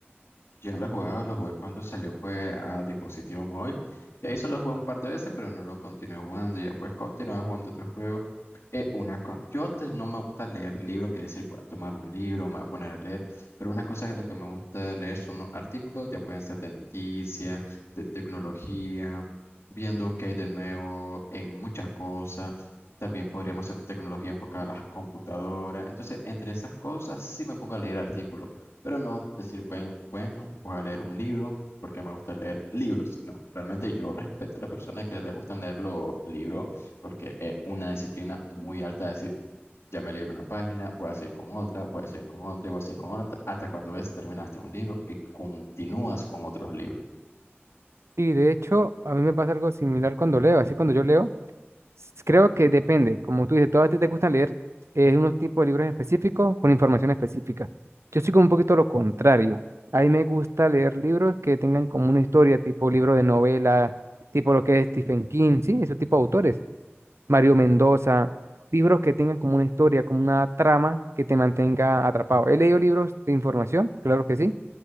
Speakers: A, on the left; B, on the right.
A: Yo lo jugaba, lo jugué cuando salió pues a dispositivo móvil. De ahí solo jugué un par de veces, pero no lo continué jugando. Ya pues continuaba jugando otro juego. Eh, una co- Yo te- no me gusta leer libros, que decir, voy a tomar un libro, me voy a poner a leer. Pero una cosa que lo que me gusta leer son los artículos, ya pueden ser de noticias, de tecnología, viendo qué hay de nuevo en muchas cosas. También podríamos hacer tecnología enfocada a las computadoras. Entonces, entre esas cosas, sí me pongo a leer artículos. Pero no decir, bueno, bueno, voy a leer un libro porque me gusta leer libros. No, realmente yo respeto a las personas que le gustan leer los libros porque es una disciplina muy alta de decir, ya me leí una página, voy a seguir con otra, voy a seguir con otra y voy a seguir con otra, hasta cuando ves terminaste un libro y continúas con otros libros.
B: Y de hecho, a mí me pasa algo similar cuando leo. Así cuando yo leo, Creo que depende, como tú dices, todos a ti te gusta leer eh, unos tipos de libros específicos con información específica. Yo soy como un poquito lo contrario. A mí me gusta leer libros que tengan como una historia, tipo libro de novela, tipo lo que es Stephen King, sí, ese tipo de autores, Mario Mendoza, libros que tengan como una historia, como una trama que te mantenga atrapado. He leído libros de información, claro que sí,